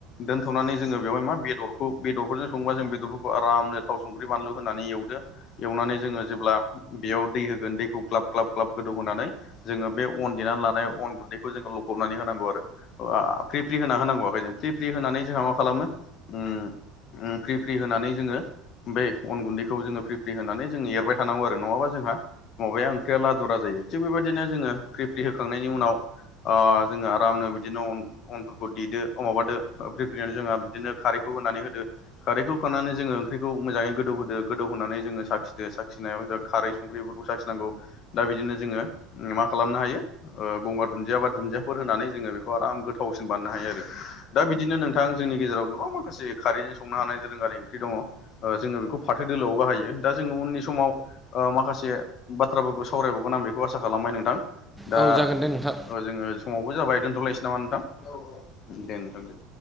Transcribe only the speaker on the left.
दोनथ'नानै जोङो बेवहाय मा बेदरखौ बेदरफोरजों सङोबा जों बेदरफोरखौ आरामनो थाव संख्रि बानलु होनानै एवदो। एवनानै जोङो जेब्ला बेयाव दै होगोन। दैखौ ग्लाब ग्लाब ग्लाब गोदौहोनानै जोङो बे अन देनानै लानाय अन गुन्दैखौ जोङो लखबनानै होनांगौ आरोओ फ्रि फ्रि होना होनांगौ। जों फ्रि फ्रि फ्रि होनानै जोंहा मा खालामो उम उम फ्रि फ्रि होनानै जोङो बे अन गुन्दैखौ जोङो फ्रि फ्रि होनानै। जों एरबाय थानांगौ आरो नङाबा जोंहा माबाया ओंख्रिया लादुरा जायो। थिग बेबायदिनो जोङो फ्रि फ्रि होखांनायनि उनाव आ जोङो आरामनो बिदिनो अनफोरखौ देदो औ माबादो फ्रि फ्रि होनानै जोंहा बिदिनो खारैखौ होनानै होदो। खारैखौ होखांनानै जोङो ओंख्रिखौ मोजाङै गोदौ होदो गोदौ होनानै जोङो साखिदो। साखिनायाव जोंहा खारै संख्रिफोरखौ साखिनांगौ। दा बिदिनो जोङो मा खालामनो हायो ओ गंगार दुन्दिया बा दुन्दियाफोर होनानै जोङो बेखौ आराम गोथावसिन बाननो हायो आरो। दा बिदिनो नोंथां जोंनि गेजेराव गोबां माखासे। खारैजों संनो हानाय दोरोंङारि ओंख्रि दङ। ओ जोङो बेखौ फाथो दोलोआव बाहायो। दा जोङो उननि समाव ओ माखासे बाथ्राफोरखौ सावरायबावगोन। आं बेखौ आसा खालामबाय नोंथां। दा
जोङो समावबो जाबाय दोनथ'लायसै नामा नोंथां औ औ दे नोंथां दे।